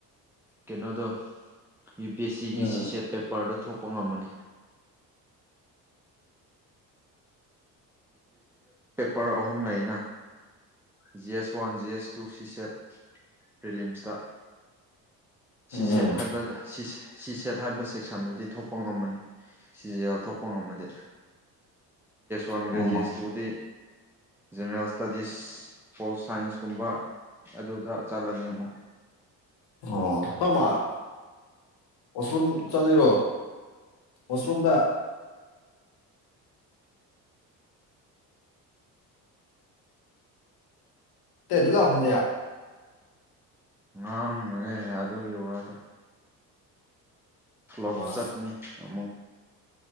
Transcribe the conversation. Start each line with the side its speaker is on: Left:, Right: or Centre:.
Centre: ꯀꯩꯅꯣꯗꫭ ꯌꯨ ꯄꯤ ꯑꯦꯁ ꯁꯤꯒꯤ
Left: ꯎꯝ
Centre: ꯁꯤꯁꯦꯠ ꯄꯦꯄꯔꯗ ꯊꯣꯛꯄ ꯉꯝꯕꯅꯤ ꯄ‌ꯦꯄꫪ ꯑꯍꯨꯝ ꯂꯩꯅ G S one G S two CSAT ꯐꯔꯤꯂꯤꯝꯁꯇꯥ ꯁꯤ
Left: ꯎꯝ
Centre: ꯁꯦꯠ ꯍꯥꯏꯕ ꯁꯤ ꯁꯤ ꯁꯦꯠ ꯍꯥꯏꯕ ꯁꯦꯛꯁꯟꯗꯨꯗꯤ ꯊꯣꯛꯄ ꯉꯝꯕꯅꯤ ꯁꯤꯖꯦꯜ ꯊꯣꯛꯄ ꯉꯝꯃ‌ꯦꯗ‍ꯦ ꯋꯥꯟꯒ
Left: ꯎꯝ
Centre: ꯖꯤꯑꯁ ꯇꯨꯒꯗꯤ ꯖꯦꯅꯔꯦꯜ ꯏꯁꯇꯗꯤꯁ ꯄꯣꯜ ꯁꯥꯏꯟꯁꯀꯨꯝꯕ ꯑꯗꯨꯗ ꯆꯠꯂꯅꯤ ꯑꯃꯨꯛ
Left: ꯑꯣ ꯍꯞꯃꯔ ꯋꯥꯁꯔꯨꯝ ꯆꯠꯂꯤꯔꯣ ꯋꯥꯁꯔꯨꯝꯗ ꯇ‌ꯦꯗꯨꯂꯥꯎ ꯍꯟꯗꯦ
Centre: ꯉꯥꯡꯅꯨꯍꯦ ꯑꯗꯨꯒꯤ ꯋꯥꯗꯣ ꯀ꯭ꯂ‌ꫭꯞ
Left: ꯑꯣ
Centre: ꯆꯠꯅꯤ ꯑꯃꯨꯛ